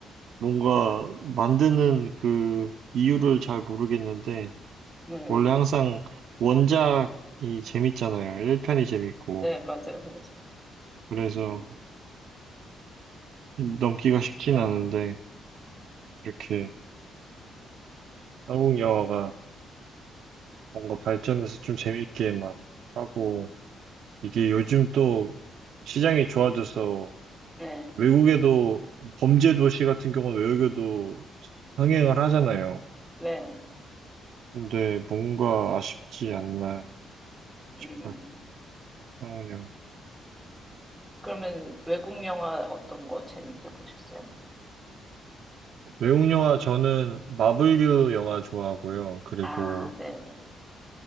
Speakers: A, on the right; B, in the centre.
A: 뭔가 만드는 그 이유를 잘 모르겠는데
B: 네,
A: 원래 항상 원작이 재밌잖아요. 1편이 재밌고
B: 네, 맞아요, 맞아요.
A: 그래서 넘기가 쉽진 않은데 이렇게 한국 영화가 뭔가 발전해서 좀 재밌게 막 하고 이게 요즘 또 시장이 좋아져서
B: 네,
A: 외국에도 범죄 도시 같은 경우는 외국에도 흥행을 하잖아요.
B: 네,
A: 근데 뭔가 아쉽지 않나 싶어요.
B: 음.
A: 상황요
B: 그러면 외국 영화 어떤 거 재밌게 보셨어요?
A: 외국 영화 저는 마블류 영화 좋아하고요. 그리고
B: 아, 네네.